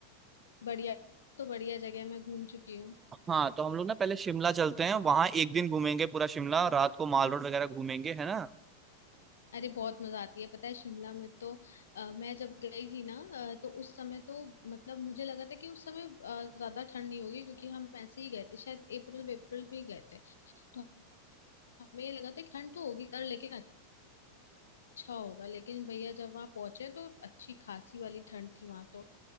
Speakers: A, on the left (about 65°); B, on the right (about 20°).
A: बढ़िया तो बढ़िया जगह मैं घूम चुकी हूँ
B: हाँ तो हम लोग ना पहले शिमला चलते हैं वहां एक दिन घूमेंगे पूरा शिमला रात को माल रोड वगैरह घूमेंगे है ना
A: अरे बहुत मजा आती है पता है शिमला में तो अ, मैं जब गई थी ना अ, तो उस समय तो मतलब मुझे लगा था कि उस समय अ, ज्यादा ठंड नहीं होगी क्योंकि हम ऐसे ही गए थे शायद अप्रैल अप्रैल में ही गए थे तो हमें ये लगा था कि ठंड तो होगी यार लेकिन अच्छा होगा लेकिन भैया जब वहां पहुंचे तो अच्छी खासी वाली ठंड थी वहां तो